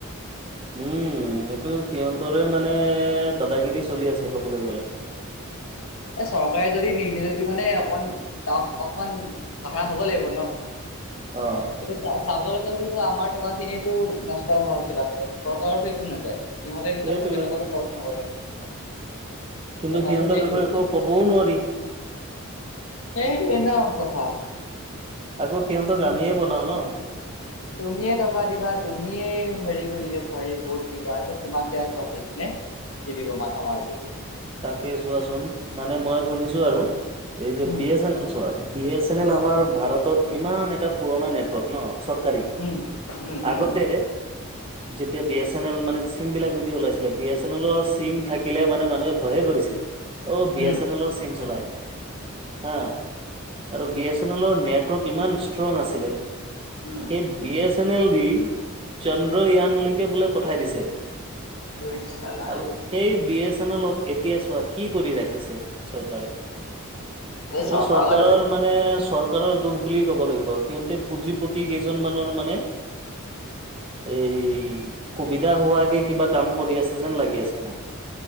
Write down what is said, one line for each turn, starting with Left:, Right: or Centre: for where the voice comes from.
Right: উম এইটো সিহঁতৰে মানে দাদাগিৰি চলি আছে ক'বলৈ গ'লে।
Left: এ চৰকাৰে যদি নিৰদিলে তিহতে অকমান তাফ অকমান কাঢ়া হ'ব লাগিব ন।
Right: অ'।
Left: এইটো চাবলৈ গ'লে এইটো আমাৰ টকা খিনিতো নষ্ট হোৱা হৈছে লাষ্টত চৰকাৰৰটো একো নাযায়। সিহঁতে নিজৰ
Right: সেইটোৱে
Left: পকেট পৰাটো খৰচ নকৰে।
Right: কিন্তু
Left: কথাটো
Right: সিহঁতক
Left: সেইটোৱে।
Right: আকৌ একো ক'বও নোৱাৰি।
Left: সেইটোৱেই ন কথা।
Right: আকৌ সিহঁতক
Left: তুমি
Right: আমিয়েই বনাও ন।
Left: তুমিয়ে টকা দিবা তুমিয়ে হেৰি কৰিলে, ধৰ ৰিপৰ্ট দিবা, তাৰ পাছত তোমাকে আকৌ আহি কিনে দি দিব মাধ মাৰটো।
Right: তাকে চোৱাচোন মানে মই শুনিছো আৰু এই যে
Left: উম,
Right: বি এছ এন এল চোৱা বি এছ এন এল আমাৰ ভাৰতত ইমান এটা পুৰণা নেটৱৰ্ক ন - চৰকাৰী
Left: উম, উম, উম,
Right: আগতে - যেতিয়া বি এছ এন এল মানে চিম বিলাক যেতিয়া ওলাইছিলে বি এছ এন এলৰ চিম থাকিলে মানে মানুহে - ভয়ে কৰিছে অ বি
Left: উম।
Right: এছ এন এলৰ চিম চলাই হা- আৰু বি এছ এন এলৰ নেটৱৰ্ক ইমান ষ্ট্ৰং আছিলে
Left: উম।
Right: সেই বি এছ এন এল দি চন্দ্ৰয়ানলৈকে বোলে পঠাই দিছে।
Left: ঐ চাল।
Right: আৰু সেই বি এছ এন এল ক। এতিয়া চোৱা কি কৰি ৰাখিছে চৰকাৰে!
Left: এই
Right: এইটো চৰকাৰৰ
Left: গাত
Right: মা- নে চৰকাৰৰ দুখ বুলি ক'ব লাগিব সিহঁতে পুঁজি পতি কেইজন মানৰ মানে এই সুবিধা হোৱাকে কিবা কাম কৰি আছে যেন লাগি আছে মোক।